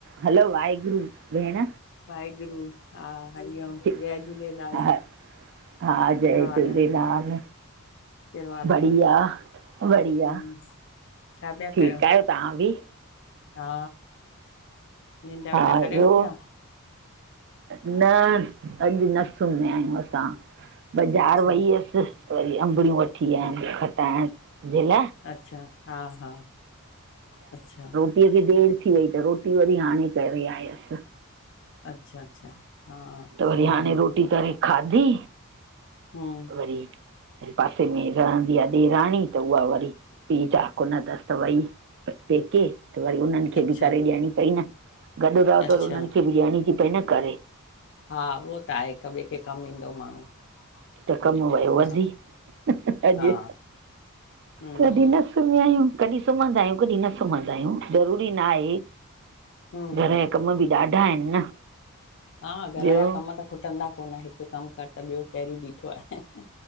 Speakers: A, on the right (about 50°); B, on the left (about 55°).
A: हलो वाहेगुरु भेण।
B: वाहेगुरु हा हरिओम
A: ठी-
B: जय झूलेलाल।
A: हा हा जय
B: कहिड़ो हाल
A: झूलेलाल।
B: आहे कहिड़ो हाल
A: बढ़िया
B: अथव
A: बढ़िया
B: हम्म छा पिया
A: ठीक
B: कयो
A: आयो तां बि?
B: हा निंडा
A: हा
B: वंडा करे
A: ॿियो
B: उथिंया।
A: न अॼु न सुम्हया आहियूं असां बाज़ार
B: अच्छा
A: वईअस। वरी अंबड़ियूं वठी आयन खटाइण जे ल।
B: अच्छा हा हा अच्छा।
A: एड़ी देर थी वई त रोटी वरी हाणे करे आयस।
B: अच्छा अच्छा। हा
A: त वरी
B: हम्म
A: हाणे रोटी करे खादी।
B: हं।
A: वरी पासे में रहंदी आ ॾेराणी त उहा वरी। पी चाक उन दस्त दवाई पेके। त वरी उन्हन खे
B: अच्छा
A: बि करे ॾियणी पई न गॾ रहो
B: अच्छा
A: त वरी उन्हन खे बि ॾियण जी पई न करे।
B: हा उहो त आहे हिक ॿिए खे कम ईंदो माण्हू।
A: त
B: हम्म
A: कम वयो
B: बराबरि
A: वधी अॼु
B: हा हम्म
A: तॾे न। आहियूं कॾहिं सुम्हंदा आहियूं कॾहिं न सुम्हंदा आहियूं ज़रूरी न आहे।
B: हम्म हम्म
A: घरया कम बि ॾाढा आहिन न।
B: हा घरयां
A: ॿियो
B: कम त खुटंदा कोन हिक कम कर त ॿियो पहरी बीठो आहे